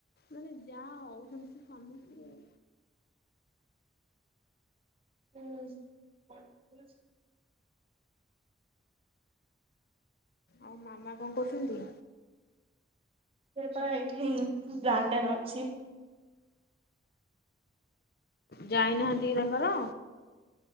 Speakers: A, on the left (about 55°); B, on the right (about 30°).
A: ମାନେ ଯାହା ହଉଚନ୍ତି ସେ ସ୍ୱାମୀ ସ୍ତ୍ରୀ
B: ହୁଁ।
A: ଆଉ ମାମା କଁ କରଚନ୍ତି?
B: ସେ ପା ଏଇଠି ଦାଣ୍ଡେର ଅଛି।
A: ଯାଇନାହାନ୍ତି କି ତାଙ୍କର?